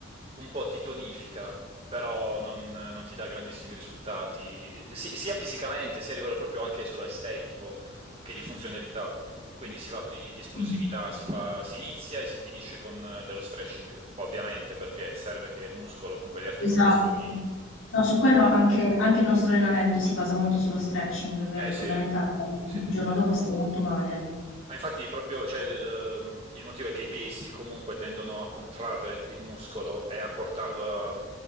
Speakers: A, on the right; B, on the left.
A: un po' ti tonifica, però non, non ti dà grandissimi risultati, si- sia fisicamente, sia a livello proprio anche solo estetico che di funzionalità. Quindi si va di, di esplosività,
B: Mh.
A: si fa- si inizia e si finisce con eh, dello stretching, ovviamente, perché serve che il muscolo, con quelle articolazioni
B: Esatto. No, su quello anche anche il nostro allenamento si basa molto sullo stretching, che
A: Eh
B: è
A: sì,
B: fondamentale, altrimenti
A: sì.
B: il giorno dopo stai molto male.
A: Ma infatti proprio, cioè, il, ehm, il motivo è che i pesi comunque tendono a contrarre il muscolo e a portarlo a-